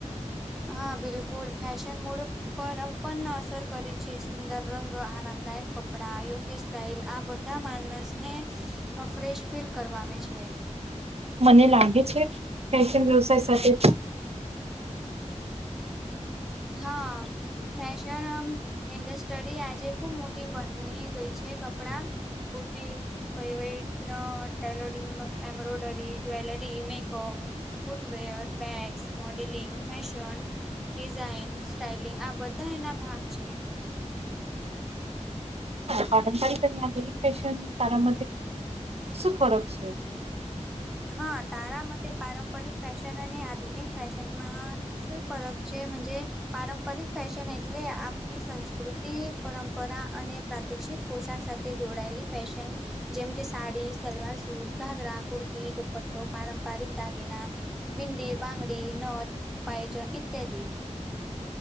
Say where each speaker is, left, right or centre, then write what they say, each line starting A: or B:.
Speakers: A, in the centre; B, on the right.
A: હા બિલકુલ ફેશન મોડ પરપન અસર કરે છે સુંદર રંગ આરામદાયક કપડા યોગ્ય ટાઇલ આ બધા માણસને ફ્રેશ ફીલ કરવાવે છે
B: મને લાગે છે ફેશન વ્યવસાય સાથે
A: હા ફેશન ઇન્ડસ્ટ્રી આજે ખૂબ મોટી બની ગઈ છે કપડાં બુટી પ વટ tailoring embroidery jewellery makeup footwear bags modelling fashion design styling આ બધા એના ભાગ છે
B: પારંપરિક અને આધુનિક ફશન તારા ફરક છે
A: હા તારા મતે પારંપરિક ફેશન અને આધુનિક ફેશનમાં શુ ફરક છેજે પારંપરિક ફેશન એટલે આપની સંસ્કૃતિ પરંપરા અને પ્રાતક્ષિક પોશાક સાથે જોડાયેલી ફેશન જેમ કે સાડી સલવાર સૂટ ઘાઘરા કુર્તી દુપટ્ટો પારંપરિક દાગિના ભિંદી બંગડી નથ પાાયજન ઈત્યાદ